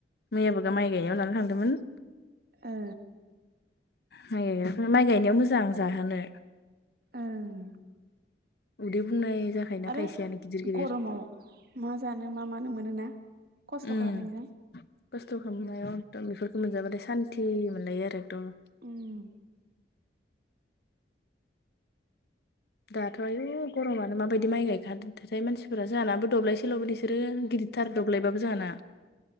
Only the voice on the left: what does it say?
मैयाबो गा माइ गायनायाव लाना थांदोंमोन
माइ माइ गायनायाव मोजां जाहोनो
उदै बुंनाय जाखायोना
थाइसेयानो गिदिर गिदिर
उ
खस्थ' खालामनायाव एकदम बेफोरफोरखौ मोनजाबाथाय सान्ति मोनलायो आरो एकदम
दाथ' आयु गरमानो माबायदि माइ गायखादोंथाय मानसिफोरा जानाबो दब्लायसेल'बो इसो गिदिर दिथार दग्लायबाबो जोंहाना।